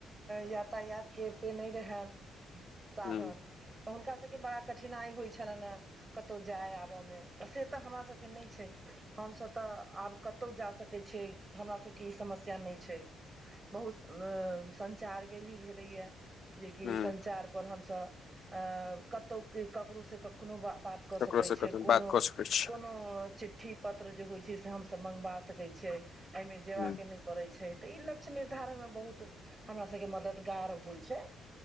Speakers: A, on the right; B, on the left.
A: यातायातके एते नै रहै साधन
B: ह
A: तऽ हुनका सभ केँ बड़ा कठिनाइ होइ छ्लैन है कतै जाय आबयमे तऽ से तऽ हमरासभके नहि छै हमसभ तऽ आब कतै जा सकै छियै हमरा सभ केँ ई समस्या नहि छै बहुत संचार केँ भी भेलै या जेकि
B: ह
A: संचार पर हम सब अ कतै ककरो से कखनो बा बात कऽ
B: ककरोसँ
A: सकै छियै
B: कतहु
A: कोनो
B: बात कऽ
A: <inaudible>
B: सकैत छी
A: कोनो चि चिट्ठी पत्र जे होय छै से हम सब मंगवा सके छै आइ में जेवा
B: हूँ,
A: केँ नै पड़ै छै तऽ ई लक्ष्य निर्धारण मे बहुत हमरा सब केँ मददगार होइ छै